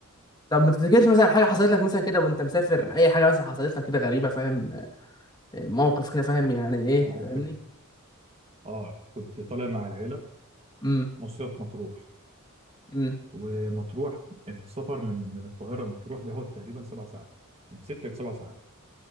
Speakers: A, on the left; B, on the right.
A: طب ما تفتكرش مثلا حاجه حصلت لك مثلا كده وانت مسافر اي حاجه مثلا حصلت لك كده غريبه فاهم آه، موقف كده فاهم يعني ايه
B: موقف
A: فاهمني
B: اه كنت طالع مع العيله
A: امم
B: مصيف مطروح
A: امم
B: ومطروح السفر من من القاهره لمطروح بياخد تقريبا سبع ساعات من ست لسبع ساعات